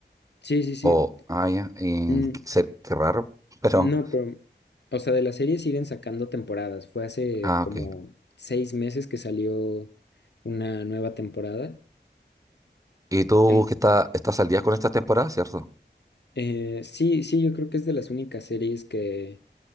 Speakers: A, on the left (about 65°); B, on the right (about 20°).
A: Sí, sí, sí.
B: O, ah, ya, y
A: Mm,
B: qué ser- qué raro, <laughs> pero,
A: no, pero, o sea, de la serie siguen sacando temporadas. Fue hace
B: ah,
A: como
B: ok.
A: seis meses que salió una nueva temporada.
B: Y tú
A: En-
B: que está, estás al día con estas temporadas, ¿cierto?
A: eh, sí, sí, yo creo que es de las únicas series que